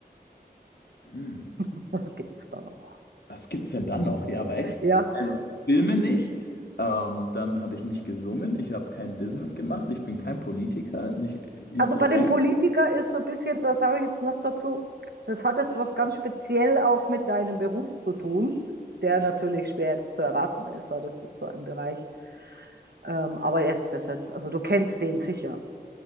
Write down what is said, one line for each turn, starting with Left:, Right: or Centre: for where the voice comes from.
Left: Hm.
Right: <laughs> was gibt's da noch?
Left: Was gibt's denn dann noch? Ja, aber echt.
Right: Ja,
Left: Also Filme nicht. Ähm, dann habe ich nicht gesungen. Ich habe kein Business gemacht. Ich bin kein Politiker. Nicht äh, direkt.
Right: Also bei dem Politiker ist so ein bisschen, das sage ich jetzt noch dazu, das hat jetzt was ganz speziell auch mit deinem Beruf zu tun, der natürlich schwer jetzt zu erraten ist, weil das ist so ein Bereich. Ähm, aber jetzt ist jetzt, also du kennst den sicher.